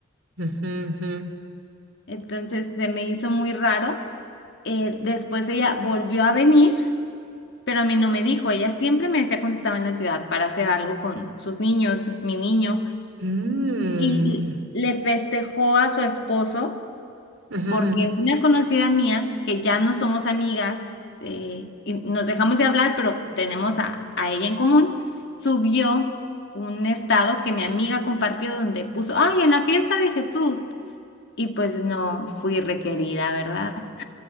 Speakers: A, on the right; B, on the left.
A: ujú, ujú.
B: Entonces se me hizo muy raro. Eh, después ella volvió a venir, pero a mí no me dijo. Ella siempre me decía cuando estaba en la ciudad para hacer algo con sus niños, mi niño,
A: Mm,
B: y le festejó a su esposo
A: ujú,
B: porque
A: ujú.
B: una conocida mía, que ya no somos amigas, eh, y nos dejamos de hablar, pero tenemos a, a ella en común, subió un estado que mi amiga compartió donde puso, ay, en la fiesta de Jesús. Y pues no fui requerida, ¿verdad?